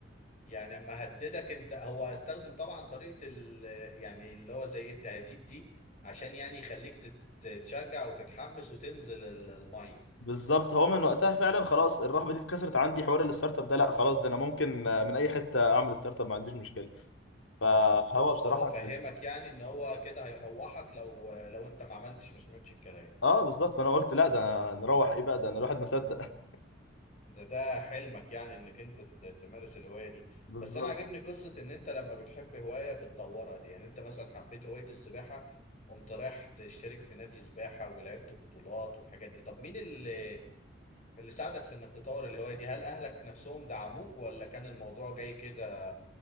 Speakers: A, on the left; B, on the left.
A: يعني اما هددك انت هو استخدم طبعا طريقة ال يعني اللي هو زي إيه التهديد دي عشان يعني يخليك تت- تتشجع وتتحمس وتنزل ال- المية
B: بالظبط هو من وقتها فعلا خلاص الرهبه دي اتكسرت عندي حوار الستارت اب ده لا خلاص ده انا ممكن آه، من اي حته اعمل ستارت اب ما عنديش مشكله فهو
A: اه بس
B: بصراحه
A: هو فهمك
B: كان-
A: يعني ان هو كده هيروحك لو لو انت ما عملتش ما سمعتش الكلام
B: اه بالظبط فانا قلت لا ده نروح ايه بقى ده أنا الواحد ما صدق <laughs>
A: ده ده حلمك يعني انك انت ت- تمارس الهواية دي
B: بالظبط
A: بس انا عاجبني قصة ان انت لما بتحب هواية بتطورها دي يعني انت مثلا حبيت هواية السباحة قمت رايح تشترك في نادي سباحة ولعبت بطولات والحاجات دي طب مين اللي اللي ساعدك في انك تطور الهواية دي هل اهلك نفسهم دعموك ولا كان الموضوع جاي كده